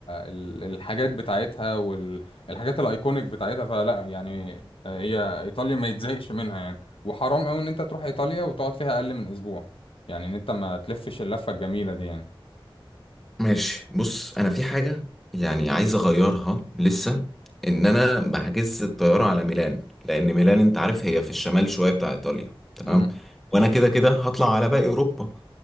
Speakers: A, on the left; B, in the centre.
A: ال- الحاجات بتاعتها والحاجات الايكونيك بتاعتها فلا يعني آه، هي ايطاليا ما يتزهقش منها يعني وحرام قوي ان انت تروح ايطاليا وتقعد فيها اقل من اسبوع يعني ان انت ما تلفش اللفة الجميلة دي يعني
B: ماشي بص انا في حاجة يعني عايز اغيرها لسه ان انا بحجز الطيارة على ميلان لان ميلان انت عارف هي في الشمال شوية بتاع ايطاليا تمام
A: امم
B: وانا كده كده هطلع على باقي اوروبا